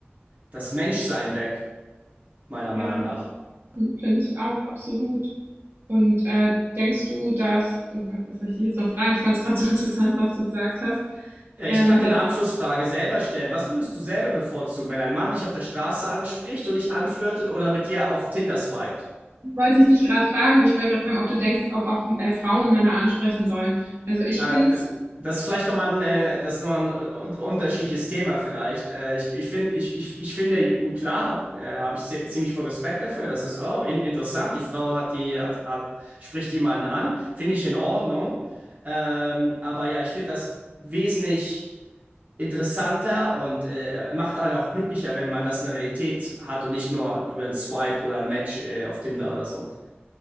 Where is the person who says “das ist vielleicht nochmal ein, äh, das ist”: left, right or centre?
Right